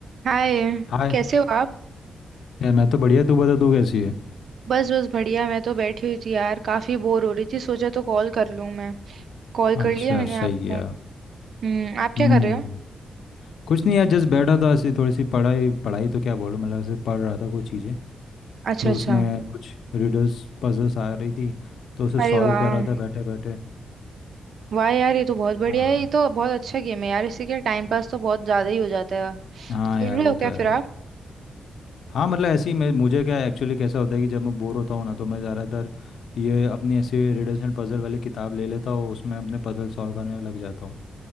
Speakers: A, on the right (about 65°); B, on the left (about 75°).
A: हाय
B: हाय
A: कैसे हो आप
B: यार मैं तो बढ़िया तू बता तू कैसी है
A: बस बस बढ़िया मैं तो बैठी हुई थी यार काफी बोर हो रही थी सोचा तो कॉल कर लूं मैं कॉल
B: अच्छा
A: कर लिया मैंने
B: सही
A: आपको
B: किया
A: हम्म आप क्या
B: हम्म
A: कर रहे हो
B: कुछ नहीं यार जस्ट बैठा था ऐसी थोड़ी सी पढ़ाई पढ़ाई तो क्या बोलूं मतलब ऐसे पढ़ रहा था कुछ चीज़ें
A: अच्छा
B: तो
A: अच्छा
B: उसमें कुछ रिडल्स पजल्स आ रही थी तो उसे
A: अरे
B: सॉल्व
A: वाह
B: कर रहा था बैठे बैठे
A: वाह यार ये तो बहुत बढ़िया
B: हाँ
A: है ये तो बहुत अच्छा गेम है यार इससे क्या टाइम पास तो बहुत ज्यादा ही हो जाता है
B: हाँ
A: खेल
B: यार
A: रहे
B: वो
A: हो क्या
B: तो है
A: फिर आप
B: हाँ मतलब ऐसे ही मैं मुझे क्या एक्चुअली कैसा होता है कि जब मैं बोर होता हूँ ना तो मैं ज़्यादातर ये अपनी ऐसे रिडल्स एंड पजल वाली किताब ले लेता हूँ उसमें अपने पजल सॉल्व करने लग जाता हूँ